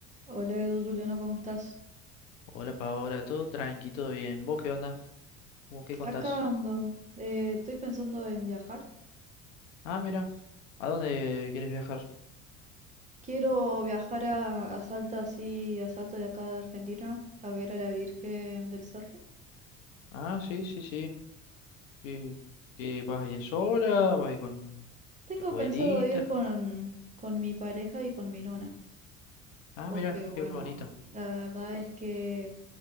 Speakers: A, on the right (about 20°); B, on the left (about 70°).
A: Hola Edu Juliano, ¿cómo estás?
B: Hola Paola, todo tranqui, todo bien. ¿Vos qué onda? ¿Cómo qué contás?
A: Acá ando. eh, estoy pensando en viajar.
B: Ah, mira, ¿a dónde quieres viajar?
A: Quiero viajar a, a Salta, así, a Salta de acá de Argentina, a ver a la Virgen del Cerro.
B: Ah, sí, sí, sí. ¿Y qué vas a ir sola? ¿Vas a ir con
A: Tengo
B: tu abuelita?
A: pensado ir con, con mi pareja y con mi nona,
B: Ah,
A: porque
B: mira,
A: bueno,
B: qué bonito.
A: la verdad es que